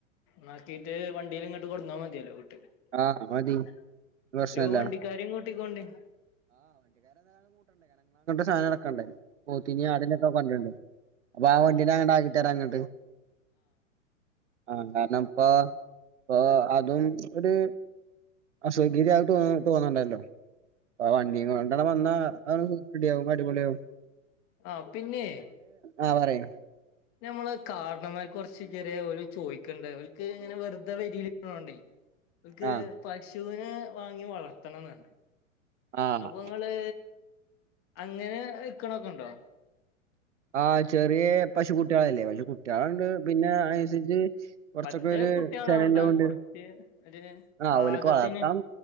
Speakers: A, on the left; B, on the right.
A: നാക്കീട്ട് വണ്ടിൽ ഇങ്ങോട്ട് കൊടുന്നാ മതിയല്ലോ വീട്ടക്ക്
B: ആഹ് മതി പ്രശ്നല്ല.
A: വണ്ടിക്കാരുംക്കു ട്ടിക്കോണ്ടിൻ
B: സാധനങ്ങളൊക്കെ ക്കെ ണ്ട് പോത്തി നേ ആടിനൊക്കെണ്ടിരി ണ്ട് അപ്പൊ ആ വണ്ട
A: ആഹ്
B: ആകിതാരാ അങ്ങോട്ട് ആഹ് ന്നാ ന്നപ്പോ പ്പോ അതും ഒരു അസ്വകര്യോ തോന്നണ്ടല്ലോ വണ്ടിയ കൊണ്ട വന്നാ റെഡിയകും അടിപൊളിയ ആവും
A: ആഹ പിന്നെ
B: ആഹ പറയൂ
A: നമ്മള് കാരണന്മാർ കുറച്ച് ചെറിയ പോല ചോദിക്കണ്ട് അവർക്ക് ഇങ്ങനെ വെറുതെ വരിക്ക് ണോ ണ്ടേ ക്ക്
B: ആഹ്
A: പശ് ശൂനെ വാങ്ങി വളർത്തണം എന്നുണ്ട്
B: ആഹ്
A: അപ്പൊ നിങ്ങള് അങ്ങനെ വിക്ക് ണൊക്കെ ഉണ്ടോ
B: ആ ചെറിയ പശു കുട്ടികളല്ലേ പശു കുട്ടികളുണ്ട് പിന്നെ അയിന് അനുസരിച്ച് കുറച്ചൊക്കൊരു
A: പറ്റേ കുട്ടികളാവണ്ട
B: ചനല്ലൊണ്ട്
A: കൊറച്ച് ഒരു
B: ആഹ്
A: പാകത്തിന്
B: ഓല്ക്ക് വളർത്താൻ